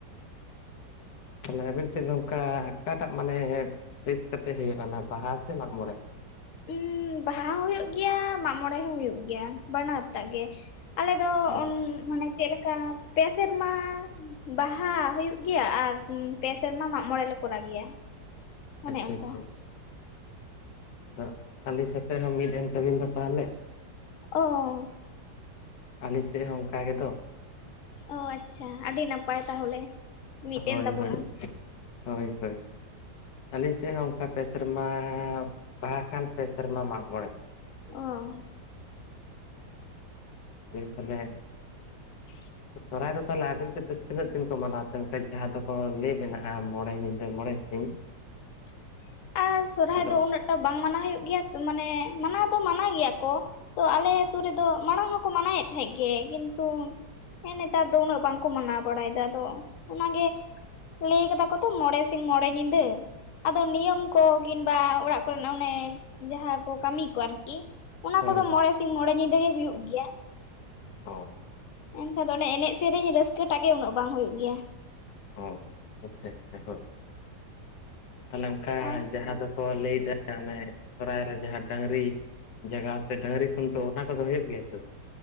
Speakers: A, on the left; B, on the left.
A: ᱛᱟᱦᱞᱮ ᱟᱵᱤᱱ ᱥᱮᱜ ᱫᱚ ᱚᱠᱟ ᱚᱠᱟᱴᱟᱜ ᱢᱟᱱᱮ ᱵᱮᱥ ᱠᱟᱛᱮ ᱦᱩᱭᱩᱜ ᱚᱱᱟ ᱵᱟᱦᱟ ᱥᱮ ᱢᱟᱜ, ᱢᱚᱬᱮ?
B: ᱩᱸ ᱵᱟᱦᱟ ᱦᱚᱸ ᱦᱩᱭᱩᱜ ᱜᱮᱭᱟ, ᱢᱟᱜ ᱢᱚᱬᱮ ᱦᱚᱸ ᱦᱩᱭᱩᱜ ᱜᱮᱭᱟ ᱵᱟᱱᱟᱨ ᱴᱟᱜ ᱜᱮ᱾ ᱟᱞᱮᱫᱚ
A: ᱚ
B: ᱩᱱ ᱢᱟᱱᱮ ᱪᱮᱜ ᱞᱮᱠᱟ ᱯᱮ ᱥᱮᱨᱢᱟ ᱵᱟᱦᱟ ᱦᱩᱭᱩᱜ ᱜᱮᱭᱟ ᱟᱨ ᱩ
A: ᱦᱮᱸ
B: ᱯᱮ ᱥᱮᱨᱢᱟ ᱢᱟᱜ ᱢᱚᱬᱮ ᱞᱮ ᱠᱚᱨᱟᱣ ᱜᱮᱭᱟ᱾ ᱚᱱᱮ
A: ᱟᱪᱪᱷᱟ
B: ᱚᱱᱠᱟ
A: ᱟᱪᱷᱟ ᱟᱪᱷᱟ ᱟᱫᱚ ᱟᱞᱤ ᱥᱟᱛᱮ ᱦᱚᱸ ᱢᱤᱫ ᱮᱱ ᱛᱟᱹᱵᱮᱱ ᱫᱚ ᱛᱟᱦᱟᱞᱮ?
B: ᱚᱸ
A: ᱟᱞ ᱥᱮᱫ ᱦᱚᱸ ᱚᱝᱠᱟ ᱜᱮᱫᱚ᱾
B: ᱚ ᱟᱪᱪᱷᱟ ᱟᱹᱰᱤ ᱱᱟᱯᱟᱭ ᱛᱟᱦᱚᱞᱮ᱾ ᱢᱤᱫ
A: ᱦᱳᱭ
B: ᱮᱱ ᱛᱟᱵᱚᱱᱟ
A: ᱦᱳᱭ, ᱦᱳᱭ ᱦᱳᱭ ᱟᱹᱞᱤᱧ ᱥᱮᱜ ᱦᱚᱸ ᱚᱱᱠᱟ ᱯᱮ ᱥᱮᱨᱢᱟᱻᱵᱟᱦᱟ ᱠᱷᱟᱱ, ᱯᱮ ᱥᱮᱨᱢᱟ ᱢᱟᱜ ᱢᱚᱬᱮ᱾
B: ᱚᱸ
A: <unintelligible> ᱛᱟᱞᱦᱮ
B: <inaudible>
A: ᱥᱚᱨᱚᱨᱟᱭ ᱫᱚ ᱛᱟᱦᱚᱞᱮ ᱟᱵᱤᱱ ᱥᱮᱫ ᱫᱚ ᱛᱤᱱᱟᱹᱜ ᱫᱤᱱ ᱠᱚ ᱢᱟᱱᱟᱣᱛᱮ ᱚᱱᱮ ᱡᱟᱦᱟᱸ ᱫᱚᱠᱚ ᱞᱟᱹᱭ ᱵᱮᱱᱟᱜᱼᱟ ᱢᱚᱬᱮ ᱧᱤᱫᱟᱹ ᱢᱚᱬᱮ ᱥᱤᱧ?
B: <inaudible> ᱟᱨ ᱥᱚᱨᱦᱟᱭ
A: ᱟᱫᱚ
B: ᱫᱚ ᱩᱱᱟᱹᱜ ᱴᱟ ᱵᱟᱝ ᱢᱟᱱᱟᱣ ᱦᱩᱭᱩᱜ ᱜᱮᱭᱟ ᱢᱟᱱᱮ ᱢᱟᱱᱟᱣ ᱫᱚ ᱢᱟᱱᱟᱣ ᱜᱮᱭᱟ ᱠᱚ᱾ ᱟᱞᱮ ᱟᱛᱳ ᱨᱮᱫᱚ ᱢᱟᱲᱟᱝ ᱦᱚᱸᱠᱚ ᱢᱟᱱᱟᱣᱮᱫ ᱛᱟᱦᱮᱸᱫ ᱜᱮ ᱠᱤᱱᱛᱩ ᱦᱮᱸ ᱱᱮᱛᱟᱨ ᱫᱚ ᱩᱱᱟᱹᱜ ᱵᱟᱝᱠᱚ ᱢᱟᱱᱟᱣ ᱵᱟᱲᱟᱭᱮᱫᱟ ᱟᱫᱚ ᱚᱱᱟᱜᱮ ᱞᱟᱹᱭ ᱠᱟᱫᱟ ᱠᱚ ᱛᱚ ᱢᱚᱬᱮ ᱥᱤᱧ ᱢᱚᱬᱮ ᱧᱤᱫᱟᱹ ᱟᱫᱚ ᱱᱤᱭᱚᱢ ᱠᱚ ᱠᱤᱝᱵᱟ ᱚᱲᱟᱜ ᱠᱚᱨᱮᱱᱟᱜ ᱚᱱᱮ ᱡᱟᱦᱟᱸ ᱠᱚ ᱠᱟᱹᱢᱤ ᱠᱚ ᱟᱨᱠᱤ ᱚᱱᱟ
A: ᱦᱳᱭ
B: ᱠᱚᱫᱚ
A: ᱦᱳᱭ
B: ᱢᱚᱲᱬᱮ ᱥᱤᱧ ᱢᱚᱬᱮ ᱧᱤᱫᱟᱹ ᱜᱮ ᱦᱳᱭᱳᱜ ᱜᱮᱭᱟ
A: ᱚ
B: ᱮᱱᱠᱷᱟᱱ ᱫᱚ ᱚᱱᱮ ᱮᱱᱮᱡ ᱥᱮᱨᱮᱧ ᱨᱟᱹᱥᱠᱟᱹ ᱴᱟᱜ ᱜᱮ ᱩᱱᱟᱹᱜ ᱵᱟᱝ ᱦᱩᱭᱩᱜ ᱜᱮᱭᱟ
A: ᱚ ᱟᱪᱪᱷᱟ ᱟᱪᱪᱷᱟ ᱦᱳᱭ ᱛᱟᱦᱚᱞᱮ ᱚᱱᱠᱟ
B: ᱟᱸ
A: ᱡᱟᱦᱟᱸ ᱫᱚᱠᱚ ᱞᱟᱹᱭᱫᱟ ᱚᱱᱮ ᱥᱚᱨᱚᱦᱟᱭ ᱨᱮ ᱡᱟᱦᱟᱸ ᱰᱟᱝᱨᱤ ᱡᱟᱭᱜᱟ ᱥᱮ ᱰᱟᱹᱝᱨᱤ ᱠᱷᱩᱱᱴᱟᱹᱣ ᱚᱱᱟ ᱠᱚᱫᱚ ᱦᱩᱭᱩᱜ ᱜᱮᱭᱟ ᱥᱮ ᱵᱟᱝ